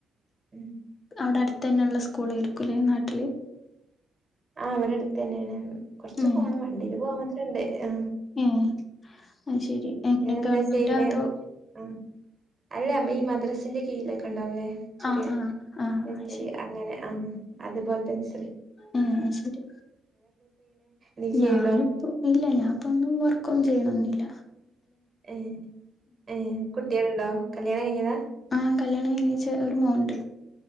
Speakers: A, on the right (about 30°); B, on the left (about 40°).
A: ഉം
B: അവിടെ അടുത്ത തന്നെള്ള സ്കൂളായിരിക്കുംല്ലെ നാട്ടില്
A: ആ അവിടെ അടുത്ത് തന്നെയാണ് കുറച്ച്
B: ഏ
A: പോണം വണ്ടീൽ പോവാൻ മാത്ര ഉണ്ട് ആ്
B: ഏ അ ശരി എങ്ങനെ
A: നിങ്ങളെന്താ
B: ഗവൺമെന്റ്
A: ചെയ്യണേ
B: അതോ
A: ആഹ് അല്ല അമ്മ ഈ മദ്രസിന്റെ കീഴിലെ കണ്ട ണ്ടാവലേെറരി
B: ആ ആ ആ ആ ശരി
A: അങ്ങനെ ആ അതുപോലത്തെ നിരി
B: ആഹ ശരി
A: നീ ചെയ്യണ്ടോ
B: ഞാനിപ്പോ ഇല്ല ഞാന ഇപ്പ ഒന്നും വർക്കൊന്നും ചെയ്യണെന്നില്ല
A: ഉ ഏ കുട്ടികരുണ്ടോ കല്യാണം കഴിഞ്ഞതാ
B: ആ കല്യാണം എനച്ച ഒരു മോൻണ്ട്